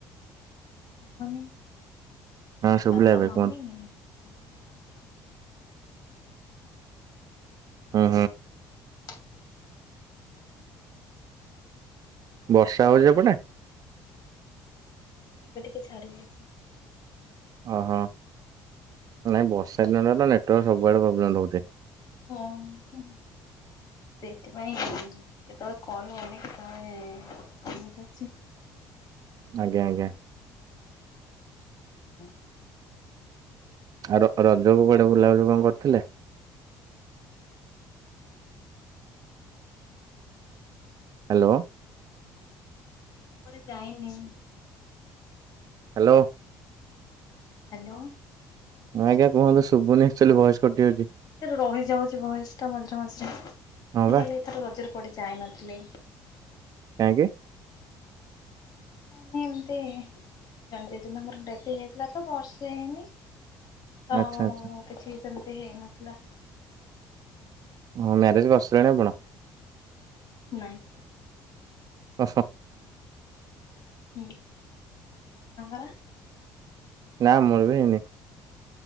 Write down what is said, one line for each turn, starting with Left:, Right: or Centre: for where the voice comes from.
Left: ସବୁନି
Right: ହଁ ଶୁଭିଲା
Left: ବାବା
Right: ଏବେ
Left: ମମି
Right: କୁହନ୍ତୁ
Left: ଭାଇ ଭାଉଜ ଦିଦିର ମ୍ୟାରେଜ ହେଇଯାଇଛି ଆଉ ମୁଁ ଅଛି।
Right: ହୁଁ।
Left: ଆପଣଙ୍କର?
Right: ବର୍ଷା ହଉଛି ସେପଟେ?
Left: ଏବେ ଟିକେ ଛାଡି ଯାଇଛି।
Right: ଅ ହଁ ନାଇଁ ବର୍ଷା ଦିନରେ ତ ନେଟୱାର୍କ ସବୁଆଡ଼େ ପ୍ରୋବ୍ଲେମ୍ ରହୁଛି।
Left: ଉଁ ହୁଁ ସେଇଥିପାଇଁ କେତେବେଳେ କଣ ଅନେକ ନହେଲେ ଇମେଜ ଅଛି।
Right: ଆଜ୍ଞା ଆଜ୍ଞା
Left: ହୁଁ।
Right: ଆର ରଜ କୁ କୁଆଡେ ବୁଲାବୁଲି କଣ କରିଥିଲେ?
Left: <unintelligible>
Right: ହେଲୋ
Left: ଏଥର କୁଆଡେ ଯାଇନି
Right: ହେଲୋ
Left: ହେଲୋ।
Right: ହଁ ଆଜ୍ଞା କୁହନ୍ତୁ ଶୁଭୁନି ଆକ୍ଚୁଆଲି ଭୟସ କଟିଯାଉଛି।
Left: ସେ ରହିଯାଉଛି ଭୟସ ଟା ମଝିରେ ମଝିରେ,
Right: ହଁ
Left: ମୁଁ
Right: ବା।
Left: କହିଲି ଏଥର ରଜରେ କୁଆଡେ ଯାଇନଥିଲି।
Right: କାହିଁକି?
Left: ମାନେ ଏମିତି। ଜେଜେମାଙ୍କର ଡେଥ୍ ହେଇଥିଲା ତ ବର୍ଷେ ହେଇନି। ହଁ
Right: ଆଚ୍ଛା ଆଚ୍ଛା
Left: କିଛିି ସେମିତି ହେଇନଥିଲା।
Right: ଓ ମ୍ୟାରେଜ୍ କରିସାରିଲେଣି ଆପଣ?
Left: ନାଇଁ।
Right: ତଶ।
Left: ହୁଁ ଆପଣଙ୍କର?
Right: ନା ମୋର ବି ହେଇନି।